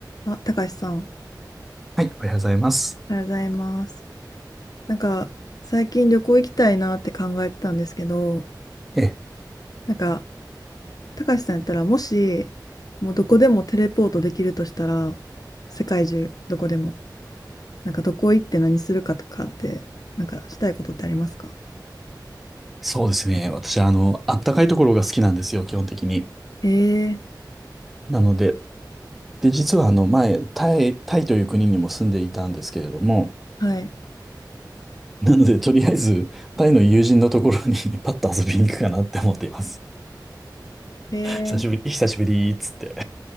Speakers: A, on the left; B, in the centre.
A: あ、たかしさん、
B: はい、おはようございます。
A: おはようございます。なんか、最近旅行行きたいなって考えてたんですけど、
B: え、
A: なんか、たかしさんやったら、もし、もうどこでもテレポートできるとしたら、世界中、どこでも、なんか、どこ行って何するかとかって、なんか、したいことってありますか
B: そうですね。私、あの、あったかいところが好きなんですよ、基本的に。
A: ええ
B: なので、で、実は、あの、前、タイ、タイという国にも住んでいたんですけれども、
A: はい。
B: なので、とりあえず、タイの友人のところに <laughs> パッと遊びに行くかなって思っています。
A: ええ
B: 久しぶり、久しぶりーっつって。